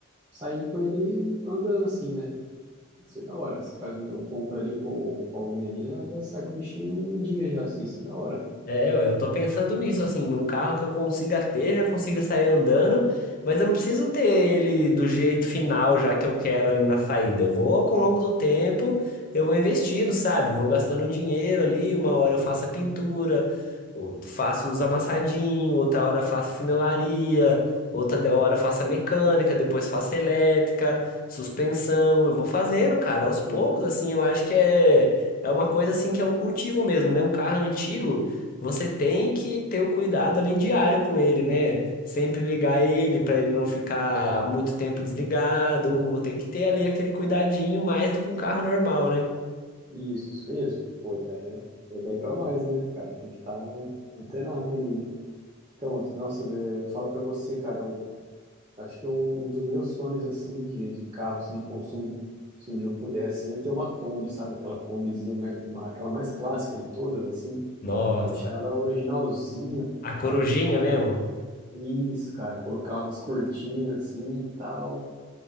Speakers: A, on the right; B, on the left.
A: sair com ele andando assim, né? Isso é da hora. Você faz uma compra ali com, com alguém ali, já, já sai com o bichinho em dia já, assim, isso é da hora.
B: É, ué, eu tô pensando nisso, assim, num carro que eu consiga ter, já consiga sair andando, mas eu não preciso ter ele do jeito final já que eu quero ali na saída. Eu vou, com o longo do tempo, eu vou investindo, sabe? Vou gastando um dinheiro ali, uma hora eu faço a pintura, ou- faço os amassadinhos, outra hora faço funilaria, outra de- hora faço a mecânica, depois faço a elétrica, suspensão, eu vou fazendo, cara, aos poucos,
A: E
B: assim, eu acho que é... É uma coisa assim que é um cultivo mesmo, né? Um carro antigo, você tem que ter o cuidado ali diário com ele, né? Sempre ligar ele para ele não ficar muito tempo desligado. Tem que ter ali aquele cuidadinho mais do que um carro normal, né?
A: isso, isso mesmo. Pô, e daí- é daí pra mais, né? O cara tem que estar antenado ali, né? Então, nossa, é, fala pra você, cara, eu acho que um, um dos meus sonhos, assim, de, de carro, assim, de consumo, se um dia eu pudesse, ia ter uma Kombi, sabe? Aquela Kombizinha, mais- aquela mais clássica de todas, assim.
B: Nossa,
A: Deixar ela originalzinha,
B: a corujinha
A: tal.
B: mesmo?
A: Isso, cara, colocar as cortinas assim e tal.